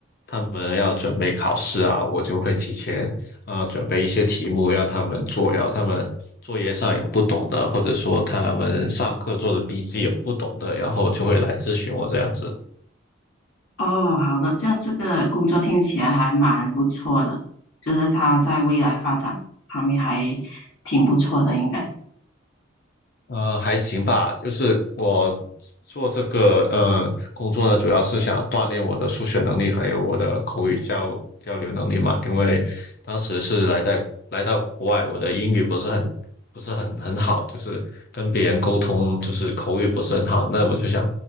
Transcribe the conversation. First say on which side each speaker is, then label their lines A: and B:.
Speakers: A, on the left; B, on the left.
A: 他们要准备考试啊，我就会提前啊、呃准备一些题目让他们做，然后他们作业上有不懂的，或者说他们上课做的笔记有不懂的，然后就会来咨询我这样子。
B: 哦，好的，这样这个工作听起来还蛮不错的，就是它在未来发展方面还挺不错的，应该。
A: 呃，还行吧，就是我做这个呃工作呢，主要是想锻炼我的数学能力，还有我的口语交交流能力嘛。因为当时是来在来到国外，我的英语不是很不是很很好，就是跟别人沟通就是口语不是很好。那我就想